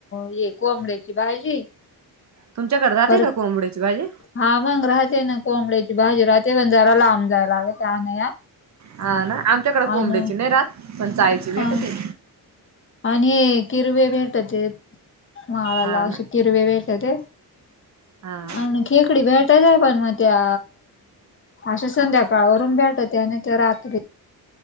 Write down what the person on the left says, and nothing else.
ये कोंबड्याची भाजी
पर
हा मंग राहते ना कोंबड्याची भाजी राहते, पण जरा लांब जाय लागत आणाया.
अन
हा आणि किरवे भेटतेत, माळाला
असे किरवे भेटते.
आणि खेकडी भेटत्या पण मग त्या अशा संध्याकाळवरून भेटात्या नाहीतर रात्री